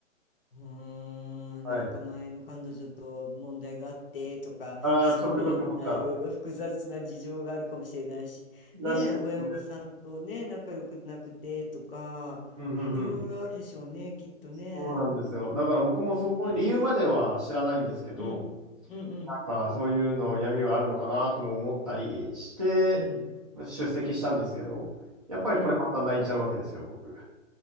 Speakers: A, on the left; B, on the right.
A: うーん、
B: はい。
A: なんか前の彼女と問題があってとか、
B: ああ、
A: <laughs> そんないろいろ複雑な事情があるかもしれないし、
B: 族とかとか、らしいですね。
A: ねえ、親御さんとね、仲良くなくてとか、
B: うんうんうん。
A: いろいろあるでしょうね、きっとね。
B: そうなんですよ。だから僕もその理由までは知らないんですけど、
A: ねうん、うんうん
B: なんかそういうの闇はあるのかなとも思ったりして
A: うん
B: 出席したんですけど、やっぱりこれまた泣いちゃうわけですよ、
A: うん
B: 僕。